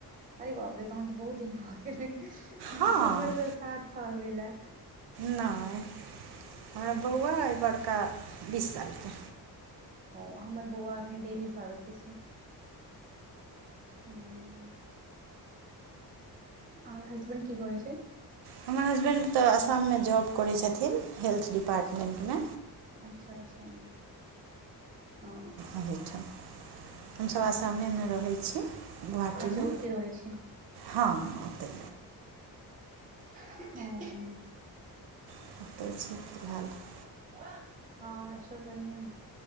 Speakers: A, on the right; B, on the right.
A: अरे बाप रे तहन तऽ बहुत दिन भऽ गेल
B: हँ
A: हमर तऽ सात साल भेलै।
B: नहि हमरा बौआ अइ बड़का बीस सालके।
A: ओ हमर बौआ एखन ढेर सारे छैय हँ। आर हासबैं्ड की कर छथि।
B: हमर हसबैंड त आसाम मे जॉब करै छथिन हेल्थ डिपार्टमेंटमे
A: अच्छा अच्छा अच्छा औ
B: ओहिठाम हमसब आसामे में रहै छी गोहाटी
A: अच्छा
B: में
A: ओते रहै छी
B: हँउतै
A: हँ।
B: <inaudible>
A: आओर सब ह बढ़िआ।